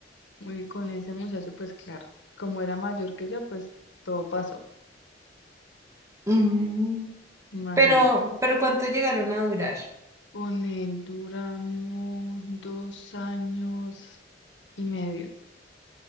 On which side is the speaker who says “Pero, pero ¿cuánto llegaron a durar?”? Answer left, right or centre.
Right